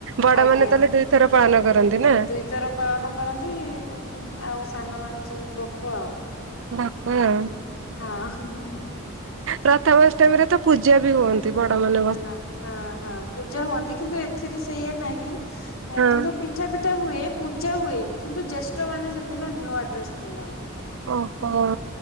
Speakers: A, on the right (about 65°); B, on the left (about 80°).
A: ବଡ
B: ଆଜ୍ଞା
A: ମାନେ ତାହେଲେ ଦୁଇଥର ପାଳନ କରନ୍ତି ନା?
B: <unintelligible> ପାଳନ କରନ୍ତି ଉ ଆଉ ସାନମାନେ ସବୁ ଭକୁଆ ଆଉ।
A: ଭକୁଆ ଆଉ
B: ହଁ ହଁ
A: ପ୍ରଥମାଷ୍ଟମୀରେ ତ ପୂଜା ବି ହୁଅନ୍ତି। <unintelligible> ବଡମାନେ
B: ହଁ ହଁ ହଁ ପୂଜା ହୁଅନ୍ତି କିନ୍ତୁ ଏଥିରେ ସେଇଆ ନାହିଁ
A: ହଁ
B: କିନ୍ତୁ ପିଠା ପିଠ ହୁଏ ପୂଜା ହୁଏନି କିନ୍ତୁ ଜ୍ୟେଷ୍ ମାନ ସେଦିନ ନୂଆ ଡ୍ରେସ ପିନ୍ଧନ୍ତି।
A: ଓହୋ।